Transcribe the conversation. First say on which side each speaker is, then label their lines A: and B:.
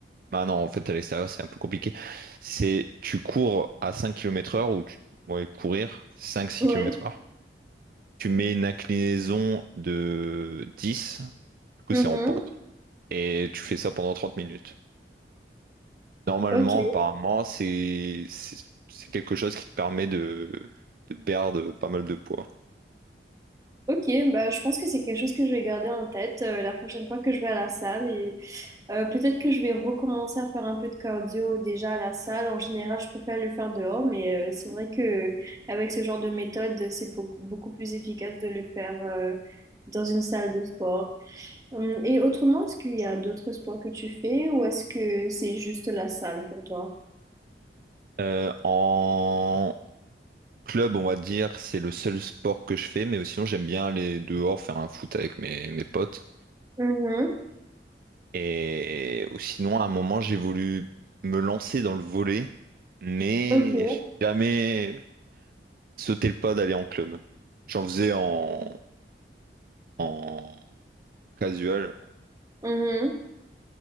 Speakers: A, on the right; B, on the right.
A: Bah non, en fait, à l'extérieur, c'est un peu compliqué. C'est, tu cours à cinq kilomètres heure ou tu, ouais, courir cinq six
B: Ouais.
A: kilomètres heure. Tu mets une inclinaison de dix Du coup,
B: Mhm.
A: c'est en pente. Et tu fais ça pendant 30 minutes. Normalement,
B: Ok.
A: apparemment, c'est c'est c'est quelque chose qui te permet de, de perdre pas mal de poids.
B: Ok, bah, je pense que c'est quelque chose que je vais garder en tête euh, la prochaine fois que je vais à la salle et euh, peut-être que je vais recommencer à faire un peu de cardio déjà à la salle. En général, je préfère le faire dehors, mais euh, c'est vrai que avec ce genre de méthode, c'est beaucoup, beaucoup plus efficace de le faire euh, dans une salle de sport. Hum, et autrement, est-ce qu'il y a d'autres sports que tu fais ou est-ce que c'est juste la salle pour toi?
A: Euh, en club, on va dire, c'est le seul sport que je fais, mais sinon, j'aime bien aller dehors faire un foot avec mes, mes potes.
B: Mhm.
A: Et sinon, à un moment, j'ai voulu me lancer dans le volley, mais
B: Ok.
A: j'ai jamais sauté le pas d'aller en club. J'en faisais en, en casual,
B: Mhm.